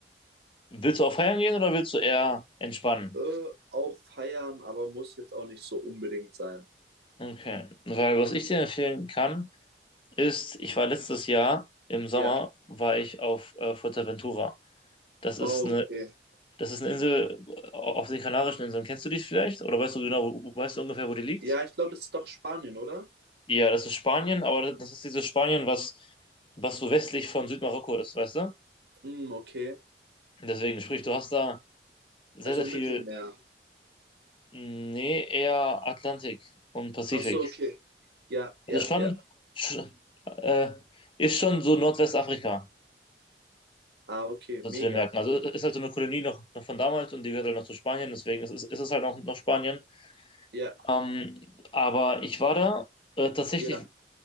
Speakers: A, on the left; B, on the right.
A: willst du auch feiern gehen oder willst du eher entspannen?
B: <laughs> äh, auch feiern, aber muss jetzt auch nicht so unbedingt sein.
A: Okay. Weil was ich dir empfehlen kann, ist, ich war letztes Jahr im Sommer,
B: Ja,
A: war ich auf äh, Fuerteventura. Das ist
B: oh,
A: eine,
B: okay.
A: das ist eine Insel auf den Kanarischen Inseln. Kennst du die vielleicht? Oder weißt du genau, wo- weißt du ungefähr, wo die liegt?
B: Ja, ich glaube, das ist doch Spanien, oder?
A: Ja, das ist Spanien, aber das ist dieses Spanien, was, was so westlich von Südmarokko ist, weißt du?
B: Hm, okay.
A: Deswegen, sprich, du hast da sehr,
B: Also
A: sehr
B: Mittelmeer.
A: viel, nee, eher Atlantik und Pazifik.
B: Ach so, okay. Ja, ja,
A: Also schon,
B: ja.
A: sch- äh, ist schon so Nordwestafrika,
B: Ah, okay,
A: so
B: mega.
A: zu den Märkten. Also ist halt so eine Kolonie noch, noch von damals und die gehört halt noch zu Spanien, deswegen ist, es- ist es halt auch noch Spanien.
B: ja,
A: Ähm, aber ich war da äh, tatsächlich
B: ja,